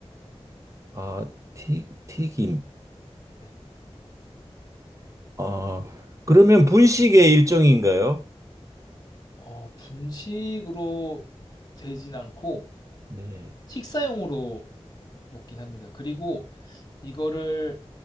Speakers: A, on the right; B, on the left.
A: 아, 튀, 튀김.
B: 네,
A: 아, 그러면 분식의 일종인가요?
B: 어, 분식으로 되진 않고
A: 네.
B: 식사용으로 먹긴 합니다. 그리고 이거를